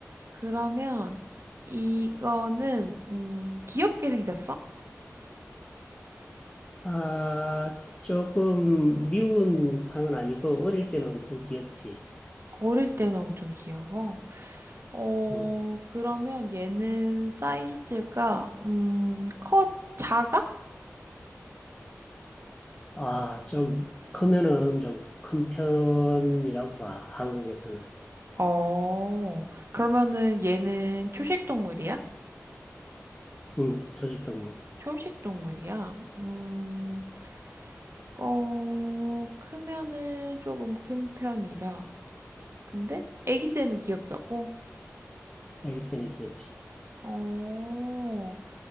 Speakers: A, on the right; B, on the left.
A: 그러면 이거는, 음, 귀엽게 생겼어?
B: 아, 조금 미운 상은 아니고, 어릴 때는 엄청 귀엽지.
A: 어릴 때는 엄청 귀여워. 어,
B: 어,
A: 그러면 얘는 사이즈가, 음, 커, 작아?
B: 아, 좀 크면은 좀 큰 편이라고 봐, 한국에서는.
A: 어, 그러면은 얘는 초식 동물이야?
B: 응, 조직동물.
A: 초식 동물이야? 음, 어, 크면은 조금 큰 편이라. 근데 아기 때는 귀엽다고?
B: 애기 때는 귀엽지.
A: 어,